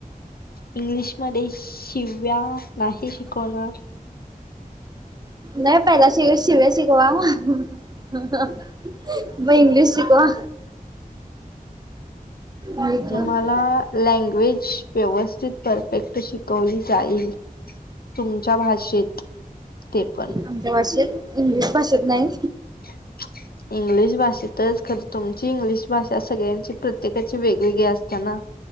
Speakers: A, on the left (about 85°); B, on the right (about 25°).
A: इंग्लिशमध्ये शिव्या नाही शिकवणार
B: नाय पहिला शि -शि-शिव्या शिकवा. <unintelligible> म इंग्लिश शिकवा. आमच्या
A: तुम्हाला लँग्वेज व्यवस <unintelligible> परफेक्ट शिकवली जाईल. तुमच्या भाषेत ते पण.
B: आमच्या भाषेत इंग्लिश भाषेत नाई.
A: <inaudible> इंग्लिश भाषेतच खरं तुमची इंग्लिश भाषा सगळ्यांची प्रत्येकाची वेगवेगळी असत्या ना.